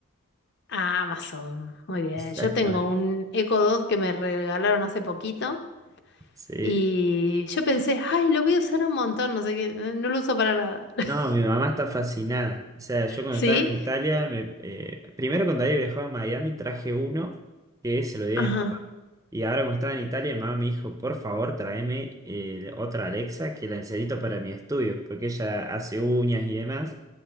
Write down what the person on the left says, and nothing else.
Amazon. Muy bien.
Yo tengo un Echo Dot que me regalaron hace poquito
y yo pensé, ay, lo voy a usar un montón, no sé qué, eh, no lo uso para nada. <laughs>
¿Sí?
Ajá.